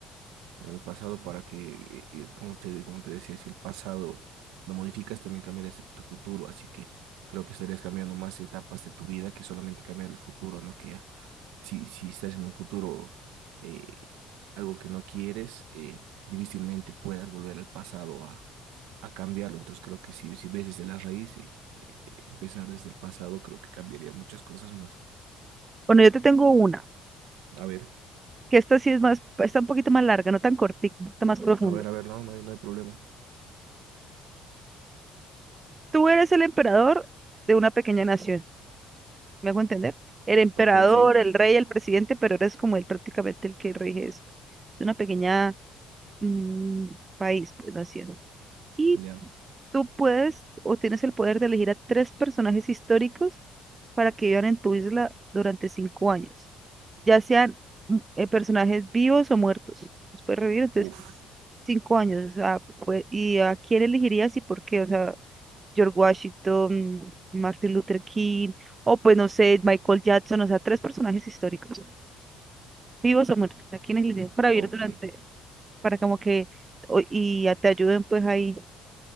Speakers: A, on the right; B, on the right.
A: El pasado para que, eh, eh, como te, como te decía, si el pasado lo modificas, también cambias tu futuro. Así que creo que estarías cambiando más etapas de tu vida que solamente cambiar el futuro, ¿no? Que ya, si, si estás en un futuro, eh, algo que no quieres, eh, difícilmente puedas volver al pasado a, a cambiarlo. Entonces creo que si, si ves desde la raíz, eh, eh, empezar desde el pasado, creo que cambiaría muchas cosas más.
B: Bueno, yo te tengo una.
A: A ver,
B: que esta sí es más, está un poquito más larga, no tan cortita, un poquito más profunda.
A: a ver, a ver, no, no hay, no hay problema.
B: Tú eres el emperador de una pequeña nación, ¿me hago entender? El emperador,
A: Ok, sí,
B: el rey, el presidente, pero eres como él prácticamente el que rige eso. Es una pequeña mm, país, pues, nación. Y
A: ya.
B: tú puedes o tienes el poder de elegir a tres personajes históricos para que vivan en tu isla durante cinco años, ya sean mm, eh, personajes vivos o muertos. Los puedes revivir, entonces
A: Uf,
B: Cinco años, o sea, pues, ¿y a quién elegirías y por qué? O sea, George Washington, Martin Luther King, o pues no sé, Michael Jackson, o sea, tres personajes históricos, vivos o muertos, ¿a quién elegirías para vivir
A: ok.
B: durante, para como que, o- y a- te ayuden pues ahí,